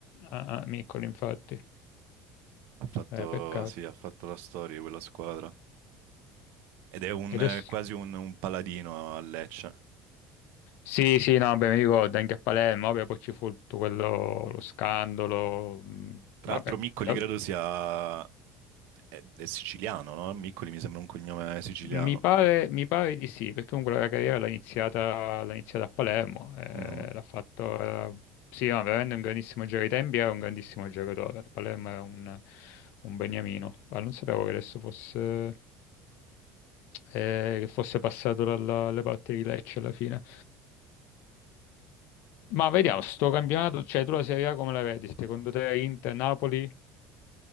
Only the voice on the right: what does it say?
Ha fatto,
sì, ha fatto la storia di quella squadra. Ed è un,
eh, quasi un, un paladino a Lecce.
Tra
l'altro Miccoli
credo sia... è, è siciliano, no? Miccoli mi sembra un cognome siciliano.
Mhm.